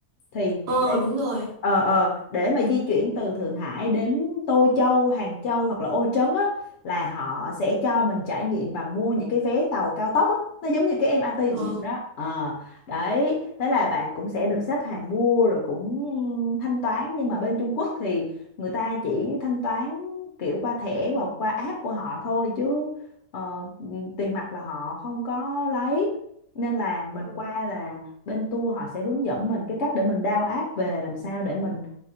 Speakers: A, on the left; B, on the right.
A: thì
B: ờ
A: để
B: đúng rồi
A: ờ ờ để mà di chuyển từ Thượng Hải đến Tô Châu Hàng Châu hoặc là Ô Trấn á là họ sẽ cho mình trải nghiệm bằng mua những cái vé tàu cao tốc á nó giống như cái em MRT
B: ờ
A: của mình đó Ờ Đấy, thế là bạn cũng sẽ được xếp hàng mua rồi cũng thanh toán nhưng mà bên Trung Quốc thì người ta chỉ thanh toán kiểu qua thẻ hoặc qua app của họ thôi chứ ờ, tiền mặt là họ không có lấy. Nên là mình
B: Ừ.
A: qua là bên tour họ sẽ hướng dẫn mình cái cách để mình download app về làm sao để mình